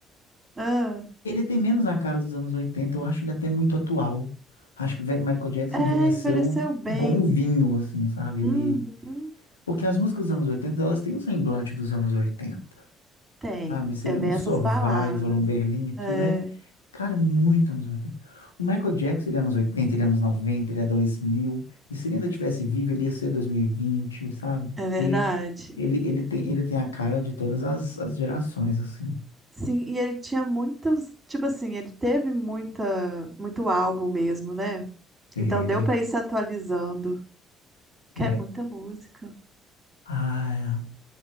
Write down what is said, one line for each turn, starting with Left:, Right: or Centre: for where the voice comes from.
Right: Ah,
Left: ele tem menos a cara dos anos 80. Eu acho ele até muito atual. Acho que ve- Michael Jackson
Right: é,
Left: envelheceu
Right: envelheceu bem.
Left: igual um vinho, assim, sabe?
Right: Uhum.
Left: Ele, porque as músicas dos anos 80, elas têm um semblante dos anos 80.
Right: Tem.
Left: Sabe? Você
Right: É,
Left: vê
Right: vem
Left: um Survivor,
Right: essas baladas.
Left: um Berlim e tudo
Right: É.
Left: é, cara, é muito anos 80. O Michael Jackson, ele é anos 80, ele é anos 90, ele é 2000. E se ele ainda tivesse vivo, ele ia ser 2020, sabe?
Right: É
Left: Porque
Right: verdade.
Left: ele, ele tem, ele tem a cara de todas as, as gerações, assim.
Right: Sim, e ele tinha muitos, tipo assim, ele teve muita, muito álbum mesmo, né?
Left: Teve.
Right: Então deu pra ir se atualizando, que
Left: É,
Right: é muita música.
Left: ah,